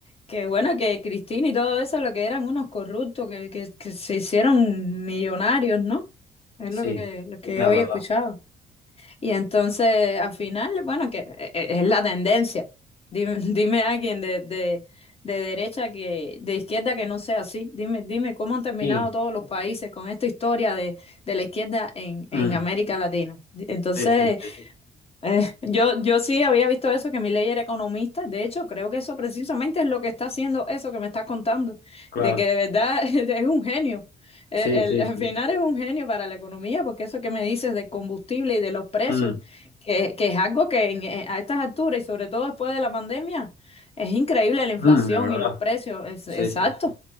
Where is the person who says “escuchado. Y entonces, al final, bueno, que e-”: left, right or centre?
Left